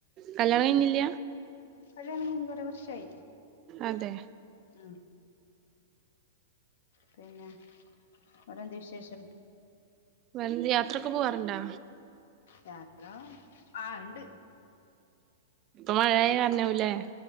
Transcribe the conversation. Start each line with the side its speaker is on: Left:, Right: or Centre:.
Right: കല്യാണം കഴിഞ്ഞില്ല
Left: കഴയാണ കുറെ വർഷമായി
Right: അതെ
Left: ആ പിന്നെ ഓരന്ത്യ വിശേഷം
Right: വേരന്ത് യാത്രൊക്കെ പോവാറണ്ടാ
Left: യാത്ര ആ ഉണ്ട്
Right: മാ ഴ കണ്െ ല്ലെ